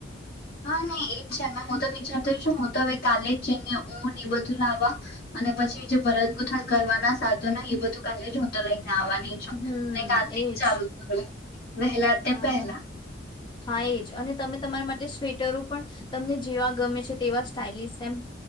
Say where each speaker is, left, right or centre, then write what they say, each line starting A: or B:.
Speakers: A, on the left (about 55°); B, on the left (about 25°).
A: હા નહી એજ છે મે હું તો વિચારતો છું હું તો હવે કાલે જ જઈને ઉનને બધું લાવવા અને પછી જે ભરતગૂથણ કરવાના સાધો ના એ બધું કાલે જ હોતો લઈ. આવવાની છું
B: હમ
A: કાલથી
B: એજ
A: જ ચાલુ કરું વહેલા તે
B: હા
A: પહેલા.
B: હા એજ અને તમે તમારા માટે સ્વેટરો પણ તમને જેવા ગમે છે તેવા સ્ટાાઈલિસ એમ